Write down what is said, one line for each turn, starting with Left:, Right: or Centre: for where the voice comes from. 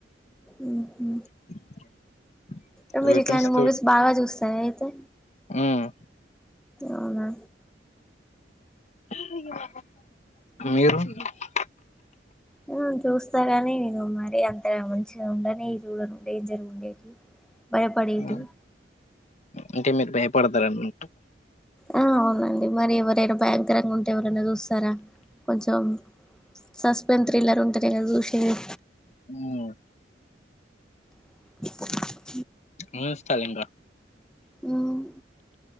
Centre: ఉహూ.
Left: <unintelligible>
Centre: ఆ మీరు,
Left: వెపన్స్
Centre: ఇట్లాంటి మూవీస్ బాగా చూస్తార అయితే?
Left: హ్మ్మ్.
Centre: అవునా?
Left: <unintelligible> మీరు <unintelligible>
Centre: హ్మ్మ్, చూస్తాగాని. నేను మరి అంతగా మంచిగా ఉండని. జూడను, డేంజర్ ఉండేటివి. భయపడేటివి
Left: ఆ అంటే, మీరు భయపడతారు అన్నట్టు.
Centre: ఆ అవునండి. మరి ఎవరైనా భయంకరంగా ఉంటే ఎవరైనా చూస్తారా? కొంచెం సస్పెన్స్ థ్రిల్లర్, ఉంటనే కదా జూశేది?
Left: హ్మ్మ్.
Centre: <unintelligible>
Left: ముస్తలే ఇంగ.
Centre: మ్మ్